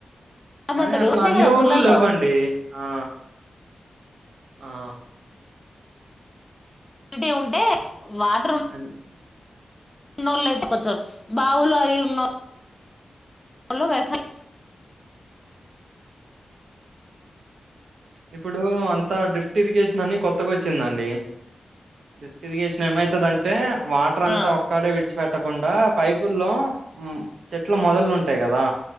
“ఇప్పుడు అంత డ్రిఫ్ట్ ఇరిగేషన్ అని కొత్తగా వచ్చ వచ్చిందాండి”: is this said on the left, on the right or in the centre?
Right